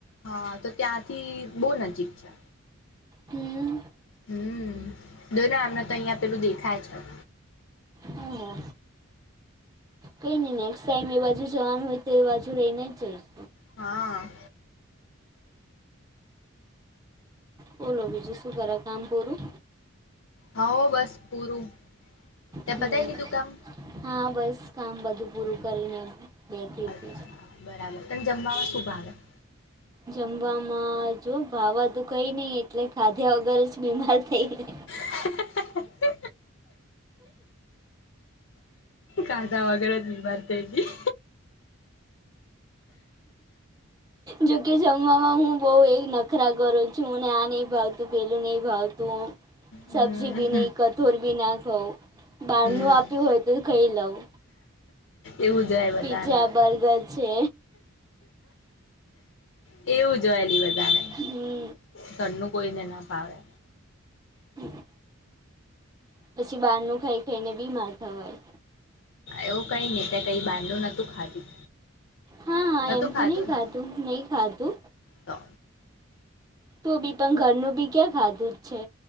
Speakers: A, on the left; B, on the right.
A: હા તો ત્યાંથી બો નજીક છે.
B: હમ.
A: હમ દો ને હમનેં તો અહિયાં પેલું દેખાય છે.
B: હે હે કઈ ની ને નેક્સ્ટ ટાઈમ એ બાજુ જવાનું હોય તો એ બાજુ રહીને જઈશ
A: હા.
B: બોલો બીજું શું કરે, કામ પૂરું?
A: હવ, બસ પૂરું. તે
B: હમ્મ,
A: પતાવી લીધું કામ
B: હા બસ કામ બધું પૂરું કરીને. બેઠી હતી
A: અચ્છા, બરાબર. તને જમવામાં શું ભાવે?
B: જમવામાં જો ભાવાધુ કઈ ની એટલે ખાધ્યા વગર જ બીમાર થઈ ગઈ.
A: <unintelligible> ખાધા વગર જ બીમાર થઈ ગી.
B: જોકે જમવામાં હું બોવ એ નખરા કરું છું, મને આ નઈ ભાવતું, પેલું નહી ભાવતું. સબજી
A: હમ
B: બી નહી, કઠોર બી ના ખઉં. બારનું
A: હમ
B: આપ્યું હોય તું ખઈ લઉં.
A: એવું જોય
B: પીઝા,
A: બધાને
B: બર્ગર છે.
A: એવું હોય લિ બધાને.
B: હમ્મ.
A: ઘરનું કોઈ ને ના ભાવે.
B: હમ્મ. પછી બાર નું ખાઈ ખાઈને બીમાર થવાય.
A: એવું કઈ ની, તે કઈ બાર નું નતું ખાધું.
B: હ
A: નતું
B: એમ
A: ખાધું
B: તો ની ખાધુ,
A: ને
B: નહી ખાધુ.
A: તો
B: તું બી પણ ઘરનું બી ક્યાં ખાધું જ છે.